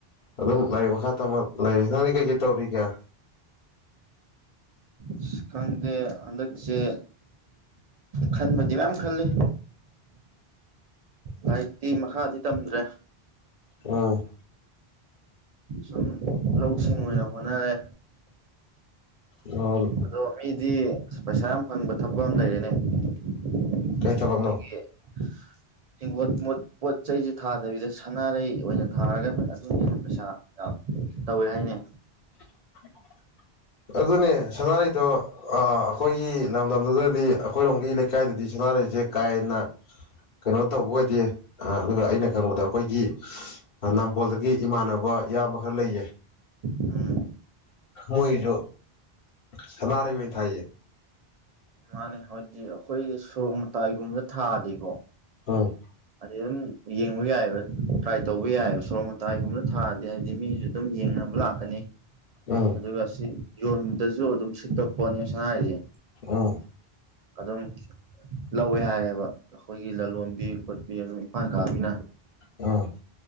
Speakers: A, on the left; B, on the right.
A: ꯑꯗꯨꯝ ꯂꯥꯏꯔꯤꯛ ꯃꯈꯥ ꯇꯝꯃ ꯂꯥꯏꯔꯤꯛ ꯅꯪꯗꯤ ꯀꯩꯀꯩ ꯇꯧꯔꯤꯒꯦ
B: ꯑꯁ ꯈꯪꯗꯦ ꯍꯟꯗꯛꯁꯦ ꯈꯟꯕꯗꯤ ꯃꯌꯥꯝ ꯈꯜꯂꯤ ꯂꯥꯏꯔꯤꯛꯇꯤ ꯃꯈꯥꯗꯤ ꯇꯝꯗ꯭ꯔꯦ
A: ꯎꯝ
B: ꯁꯨꯝ ꯂꯧꯁꯤꯡ ꯑꯣꯏꯅ ꯍꯣꯠꯅꯔꯦ
A: ꯑꯣ
B: ꯑꯗꯣ ꯃꯤꯗꯤ ꯄꯩꯁꯥ ꯌꯥꯝ ꯐꯪꯕ ꯊꯛꯕꯛ ꯑꯃ ꯂꯩꯔꯤꯅꯦ ꯑꯩꯈꯣꯏꯒꯤ
A: ꯀꯩ ꯊꯕꯛꯅꯣ
B: <unintelligible> ꯍꯤꯡꯒꯣꯠ ꯃꯣꯠ ꯄꯣꯠ ꯆꯩꯁꯦ ꯊꯥꯗꯕꯤꯗ ꯁꯅꯥꯔꯩ ꯑꯣꯏꯅ ꯊꯥꯔꯒ ꯑꯗꯨꯒꯤꯅ ꯄꯩꯁꯥ ꯌꯥꯝ ꯇꯧꯋꯦ ꯍꯥꯏꯅꯦ
A: <unintelligible> ꯑꯗꯨꯅꯦ ꯁꯅꯔꯩꯗꯣ ꯑ ꯑꯩꯈꯣꯏꯒꯤ ꯂꯝꯗꯝꯗꯨꯗꯗꯤ ꯑꯩꯈꯣꯏꯔꯣꯝꯒꯤ ꯂꯩꯀꯥꯏꯗꯗꯤ ꯁꯅꯔꯩꯁꯦ ꯀꯥ ꯍꯦꯟꯅ ꯀꯩꯅꯣ ꯇꯧꯕ ꯑꯣꯏꯗꯦ ꯑꯗꯨꯒ ꯑꯩꯅ ꯈꯪꯕꯗ ꯑꯩꯈꯣꯏꯒꯤ ꯅꯝꯕꯣꯜꯗꯒꯤ ꯏꯃꯥꯟꯅꯕ ꯏꯌꯥꯝꯕ ꯈꯔ ꯂꯩꯌꯦ
B: ꯎꯝ
A: ꯃꯣꯏꯁꯨ ꯁꯅꯥꯔꯩ ꯑꯣꯏꯅ ꯊꯥꯏꯌꯦ
B: ꯃꯥꯅꯦ ꯍꯥꯢꯗꯤ ꯑꯩꯈꯣꯏ ꯁꯣꯔꯣꯛ ꯃꯇꯥꯏꯒꯨꯝꯕꯗ ꯊꯥꯗꯤꯀꯣ
A: ꯑꯝ
B: ꯑꯗꯨꯝ ꯌꯦꯡꯕ ꯌꯥꯏꯑꯦꯕ ꯇ꯭ꯔꯥꯏ ꯇꯧꯕ ꯌꯥꯏꯑꯦꯕ ꯁꯣꯔꯣꯛ ꯃꯇꯥꯏꯒꯨꯝꯕꯗ ꯊꯥꯔꯗꯤ ꯍꯥꯏꯗꯤ ꯃꯤꯁꯨ ꯑꯗꯨꯝ ꯌꯦꯡꯅꯕ ꯂꯥꯛꯀꯅꯤ
A: ꯎꯝ
B: ꯑꯗꯨꯒ ꯁꯤ ꯌꯣꯟꯕꯗꯁꯨ ꯑꯗꯨꯝ ꯁꯤꯠꯄ ꯄꯣꯠꯅꯤ ꯁꯥꯅꯥꯔꯩꯖ‌ꯦ
A: ꯎꯝ
B: ꯑꯗꯨꯝ ꯂꯧꯋꯦ ꯍꯥꯏꯌꯦꯕ ꯑꯩꯈꯣꯏꯒꯤ ꯂꯂꯣꯟꯕꯤ ꯈ‌ꯣꯠꯄꯤ ꯑꯗꯨꯝ ꯏꯝꯐꯥꯜ ꯀꯥꯕꯤꯅ
A: ꯑꯝ